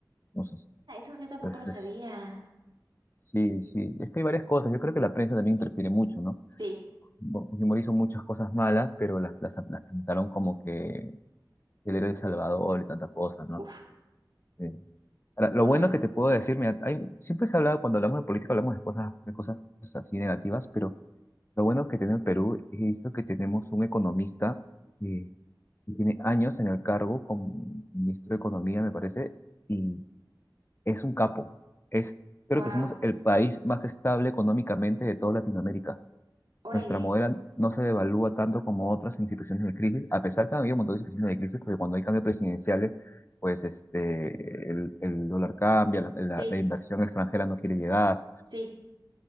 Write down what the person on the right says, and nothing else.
Ah, esos yo tampoco
lo sabía.
Sí,
uf,
ay,
wow,
órale,
sí,
sí.